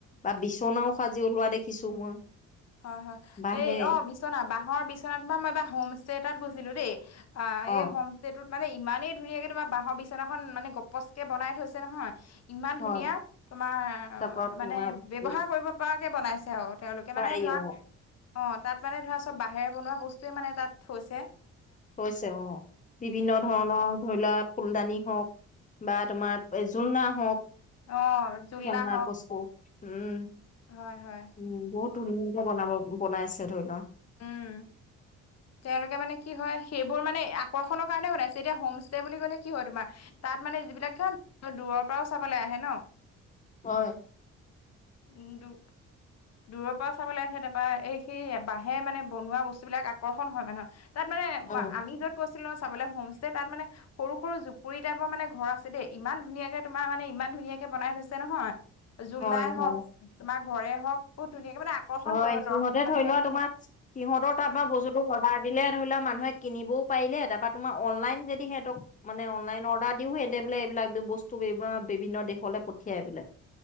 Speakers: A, on the left; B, on the left.
A: বা বিচনাও সাজি ওলোৱা দেখিছো মই।
B: হয়-হয়
A: বাঁহেৰে
B: এই অ, বিচনা বাঁহৰ বিচনা থকা তোমাৰ মই এইবাৰ হোম ষ্টে এটাত গৈছিলো দেই। আ‌
A: অ
B: এই হম তেতোট মানে ইমানেই ধুনীয়াকে তোমাৰ বাঁহৰ বিচনাখন মানে গপচ কে বনাই থৈছে নহয়? ইমান
A: হয়
B: ধুনীয়া তোমাৰ
A: তাৰপৰা তোমাৰ
B: মানে, ব্যৱহাৰ
A: উ
B: কৰিব পৰাকে বনাইছে আৰু তেওঁলোকে। মানে
A: পাৰি
B: ধৰা
A: অ
B: অ, তাত মানে ধৰা চব বাহেৰে বনোৱা বস্তুৱয়ে মানে তাত হৈছে।
A: হৈছে অ, বিভিন্ন ধৰণৰ ধৰি লোৱা ফুলদানি হওক বা তোমাৰ জোলনা হওঁক,
B: অ জোলনা
A: খেলনা
B: হওক
A: বস্তু উম
B: হয় হয়।
A: উম বহুত ধুনীয়াকে বনাব, বনাইছে ধৰি লোৱা।
B: উম তেওঁলোকে মানে কি হয়, সেইবোৰ মানে আকৰ্ষণৰ কাৰণে বনাইছে এতিয়া হোমষ্টে বুলি ক'লে কি হয় তোমাৰ ধৰা তাত মানে যিবিলাক ধৰ দূৰৰ পৰাও চাবলে আহে ন।
A: হয়।
B: উম দুু দূৰৰ পৰা চাবলৈ আহে, তাৰপৰা এই সি বাঁহে মানে বনোৱা বস্তুবিলাক আকৰ্ষণ হয় মানহ তাত মানে
A: অ
B: আমি য'ত গৈছিলো চাবলৈ হোম ষ্টে তাত মানে, সৰু সৰু জুপুৰি টাইপৰ মানে ঘৰ আছে দেই। ইমান ধুনীয়াকে তোমাৰ মানে ইমান ধুনীয়াকে বনাই থৈছে নহয়। জোলনাই
A: হয়
B: হওক
A: হয়
B: তোমাৰ ঘৰে হওক বহুত ধুনীয়াকে মানে আকৰ্ষণ
A: হয় সিহঁতে
B: মানে
A: ধৰি লোৱা, তোমাৰ সিহঁতৰ তাৰপৰা বস্তুটো অৰ্ডাৰ দিলে ধৰি লোৱা মানুহে কিনিবও পাৰিলে তাৰপৰা তোমাৰ অনলাইন যদি সিহঁতক মানে অনলাইন অৰ্ডাৰ দিওে বোলে এইবিলাক বস্তু বি বিভিন্ন দেশলে পঠিয়াই এইবিলাক।